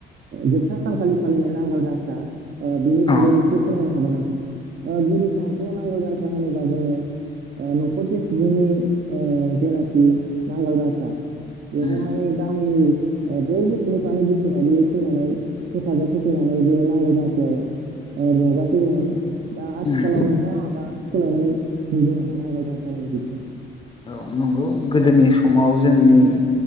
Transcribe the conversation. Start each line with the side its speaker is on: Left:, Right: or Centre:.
Right: जोबथा सानखालि फालिनाय नांगोल जांख्रा ओ बिनि
Left: अ
Right: बागै एसे फोरमायनोहागोन नामा ओ गोदो समावखौ नांगाल जांख्रा होनोबा जोङो न'खरसे बुहुमनि जेनाखि नांगाल जांख्रा बेहाय
Left: उम
Right: माने दामि ओ बयबो सुबुंफ्रानो गोसोबायदियै फैनानै हेफाजाब होफैनानै बे हाल जांख्रायाव रंजाफैयोमोन दा आथिखालाव
Left: उम
Right: नोंथाङा माबा सोलायनाय नुदों नामा? नांगोल जांख्रानि बिथिं <unintelligible>
Left: औ नंगौ गोदोनि समाव जोंनि